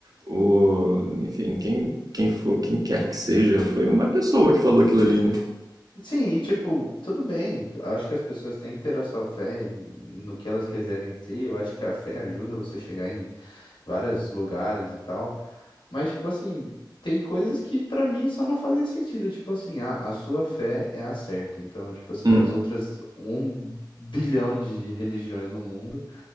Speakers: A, on the right; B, on the left.
A: o, enfim, quem quem for, quem quer que seja, foi uma pessoa que falou aquilo ali, né?
B: Sim, e tipo, tudo bem. Acho que as pessoas têm que ter a sua fé em- no que elas quiserem ter. Eu acho que a fé ajuda você a chegar em vários lugares e tal. Mas, tipo assim, tem coisas que pra mim só não fazem sentido. Tipo assim, a, a sua fé é a certa. Então, tipo assim,
A: Hum.
B: as outras um bilhão de religiões no mundo.